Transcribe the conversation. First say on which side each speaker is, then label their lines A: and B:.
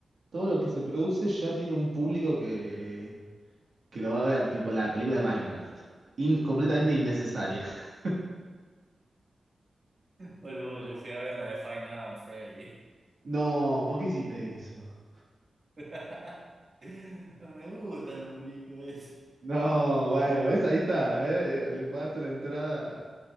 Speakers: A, on the right (about 55°); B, on the right (about 35°).
A: todo lo que se produce ya tiene un público que, que lo va a ver, tipo la película de Minecraft. In- completamente innecesaria. <laughs>
B: Boludo, yo fui a ver la de Five Nights at Freddy.
A: No, ¿por qué hiciste eso?
B: <laughs> Me gustan los muñecos esos.
A: No, bueno, ves, ahí está, eh, eh, le pagaste una entrada